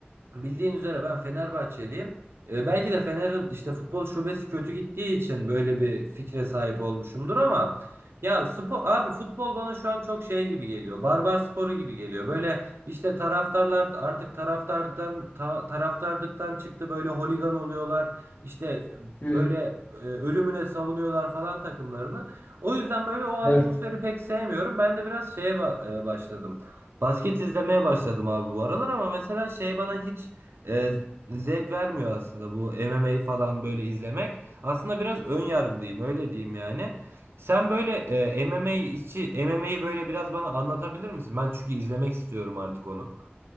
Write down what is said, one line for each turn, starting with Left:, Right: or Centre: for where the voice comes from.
Right: Bildiğin üzere ben Fenerbahçeliyim. E, belki de Fener'in işte futbol şubesi kötü gittiği için böyle bir fikre sahip olmuşumdur ama ya spor abi futbol bana şu an çok şey gibi geliyor. Barbar sporu gibi geliyor. Böyle işte taraftarlar artık taraftardan ta- taraftarlıktan çıktı böyle holigan oluyorlar. İşte
Left: hı hı.
Right: böyle e, ölümüne savunuyorlar falan takımlarını. O yüzden böyle o atmosferi
Left: Evet.
Right: pek sevmiyorum. Ben de biraz şeye ba- e, başladım. Basket izlemeye başladım abi bu aralar ama mesela şey bana hiç e, zevk vermiyor aslında bu MMA falan böyle izlemek. Aslında biraz ön yargılıyım öyle diyeyim yani. Sen böyle e, MMA içi MMA'yi böyle biraz bana anlatabilir misin? Ben çünkü izlemek istiyorum artık onu.